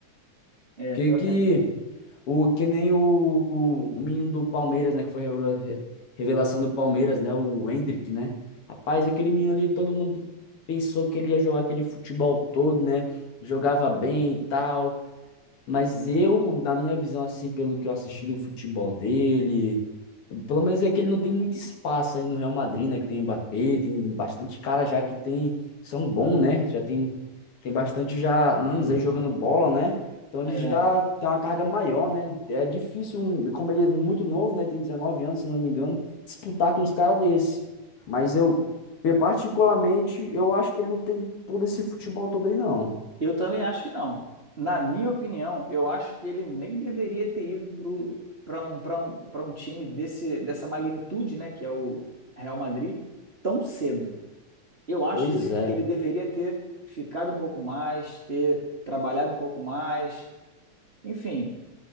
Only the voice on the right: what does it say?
É,
pior
que é.
é.
Eu também acho que não. Na minha opinião, eu acho que ele nem deveria ter ido para um, para um, para um time desse, dessa magnitude, né, que é o Real Madrid, tão cedo. Eu acho
que ele,
que ele deveria ter ficado um pouco mais, ter trabalhado um pouco mais. Enfim,